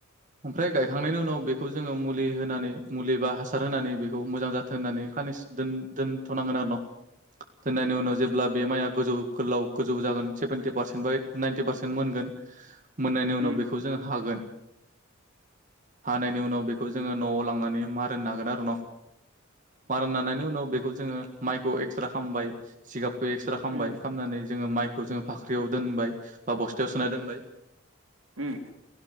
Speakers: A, on the right; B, on the right.
A: ओमफ्राय गायखांनायनि उनाव बेखौ जोङो मुलि होनानै मुलि बा हासार होनानै बेखौ मोजां जा होननानै खाननैसो दोन दोनथ' नांगोन दोन दोनथ'नांगोन आरो न'। दोननायनि
B: उम
A: उनाव जेब्ला बे माइआ गोजौ गोलाव गोजौ जागोन सेभेनटि पारसेन्ट बा नायेनटि पारसेन्ट मोनगोन मोननायनि उनाव
B: उम
A: बे खौ जोङो हागोन हानायनि उनाव बे खौ जोङो न'आव लांनानै मारोन नागोन आरो न' मारोन नानायनि उनाव बेखौ जोङो माइखौ एक्सरा खामबाय जिगाबखौ एक्सरा खामबाय
B: उम
A: खामनानै जोङो माइखौ जोङो फाख्रियाव दोनबाय बा बस्थायाव सोना दोनबाय।
B: उम